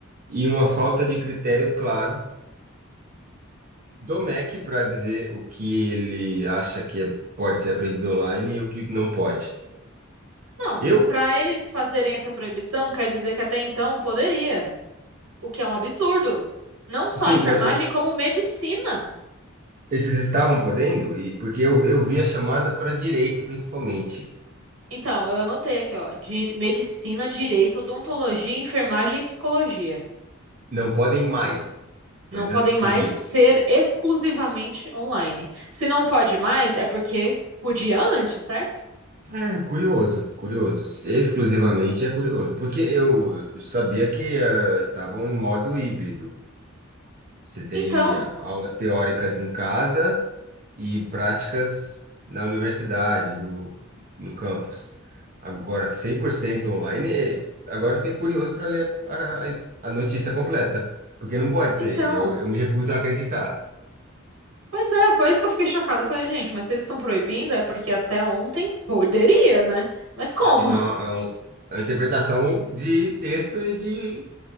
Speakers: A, on the right; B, on the right.
A: e uma falta de critério claro do MEC para dizer o que ele acha que é- pode ser aprendido online e o que não pode.
B: Não,
A: Eu,
B: para eles fazerem essa proibição, quer dizer que até então poderia, o que é um absurdo. Não só
A: sim,
B: enfermagem,
A: mas, mas
B: como medicina.
A: esses estavam podendo e porque eu, eu vi a chamada para direito principalmente.
B: Então, eu anotei aqui, ó, de medicina, direito, odontologia, enfermagem e psicologia.
A: Não podem mais, mas
B: Não podem
A: antes
B: mais
A: podiam.
B: ser exclusivamente online. Se não pode mais, é porque podia antes, certo?
A: É, curioso, curioso. Exclusivamente é curioso, porque eu sabia que eh, estavam em modo híbrido. Você tem
B: Então,
A: aulas teóricas em casa e práticas na universidade, no, no campus. Agora, 100% online, eh, agora eu fiquei curioso para ler a, a- a notícia completa, porque não pode ser,
B: então,
A: eu, eu me recuso a acreditar.
B: Pois é, foi isso que eu fiquei chocada. Eu falei, gente, mas se eles estão proibindo é porque até ontem poderia, né? Mas como?
A: Isso
B: <laughs>
A: é uma, é um- é uma interpretação de texto e de